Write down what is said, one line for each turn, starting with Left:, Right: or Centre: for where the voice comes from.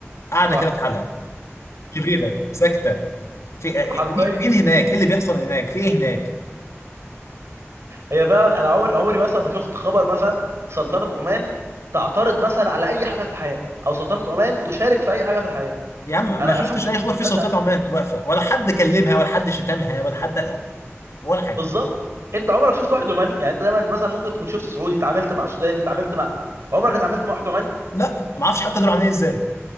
Left: قاعده
Right: صح
Left: كده في حالها شريره ساكته في اه،
Right: حرفيا
Left: اه، مين مين هناك ايه اللي بيحصل هناك في ايه هناك
Right: هي فعلا انا عمري عمري مثلا ما شفت خبر مثلا سلطنه عمان تعترض مثلا على اي حاجه في الحياه او سلطنه عمان تشارك في اي حاجه في الحياه
Left: يا عم
Right: انا
Left: ما شفتش
Right: اشك ان
Left: اي
Right: في
Left: خبر
Right: ناس
Left: في
Right: عايشه
Left: سلطنه
Right: هناك
Left: عمان واقفه ولا حد كلمها ولا حد شتمها ولا حد قال ولا حاجه
Right: بالظبط انت عمرك شفت واحد عماني يعني انت دايما مثلا ممكن تكون شفت سعودي اتعاملت مع سوداني اتعاملت مع عمرك اتعاملت مع واحد عماني
Left: لا ما اعرفش حتى دول عاملين ازاي